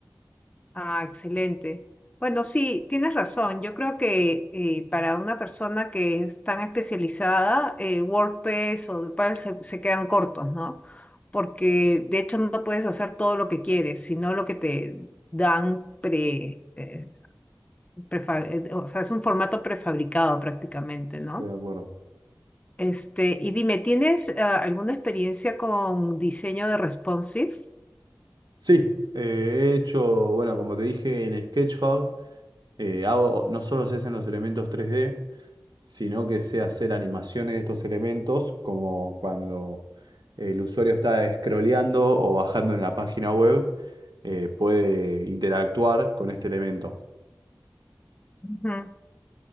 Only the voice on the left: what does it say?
Ah, excelente. Bueno, sí, tienes razón. Yo creo que eh, para una persona que es tan especializada, eh, WordPress o Drupal se, se quedan cortos, ¿no? Porque de hecho no puedes hacer todo lo que quieres, sino lo que te dan pre, eh, prefa- eh, o sea, es un formato prefabricado prácticamente, ¿no?
Este, y dime, ¿tienes ah, alguna experiencia con diseño de responsive?
Ujú.